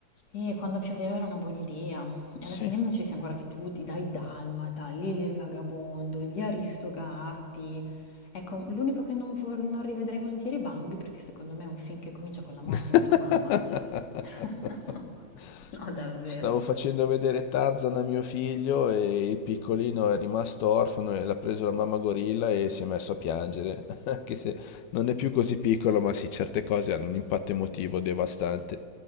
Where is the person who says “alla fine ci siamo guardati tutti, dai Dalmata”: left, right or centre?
Left